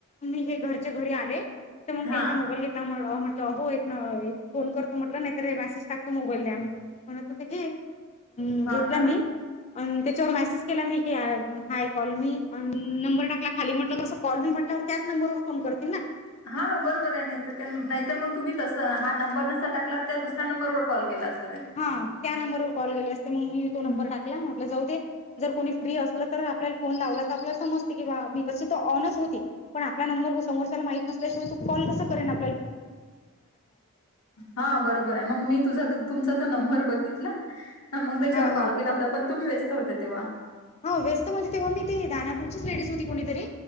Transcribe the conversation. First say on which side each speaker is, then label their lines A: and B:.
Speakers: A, on the left; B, on the left.
A: मी हे घरच्या घरी आले तर मग
B: हा
A: त्याचा मोबाइल घेतला म्हण तव्हा म्हटलं हो एक न अ एक फोन करतो म्हटलं नाहीतर हे मेसेज टाकतो मोबाईल द्या म्हणत होते ते घे हम्म,
B: हो
A: घेतला
B: ना
A: मी अन त्याच्यावर मेसेज केला मी की आ हाय कॉल मी नंबर टाकला खाली म्हटलं कसं कॉल मी म्हटल्यावर त्याच नंबरवर फोन करते ना.
B: हा बरोबर आहे नाहीतर कन नाहीतर मग तुम्ही तसं हा नंबर नुस्ता टाक ला त्या दुसऱ्या नंबर कॉल केलास.
A: हा त्या नंबरवर कॉल केली असते मग मी तो नंबर
B: हं.
A: टाकला म्हटलं जाऊ दे जर कोणी फ्री असला तर आपल्याला फोन लावला तर आपला समजते की बा मी तसं त ऑनच होती पण आपल्याला नंबर व समस्याला माहित नसल्या शिवाय तू कॉल कसं करेन आ
B: हा बरोबर आहे मग मी तुझा तो तुमचा तो नंबर बघितला मग त्याच्यावर
A: हा
B: कॉल
A: हा
B: केला होता पण तुम्ही व्यस्त होते तेव्हा.
A: हो व्यस्त म्हण तेव्हा मी ते दानापूरच लेडीज होती कोणीतरी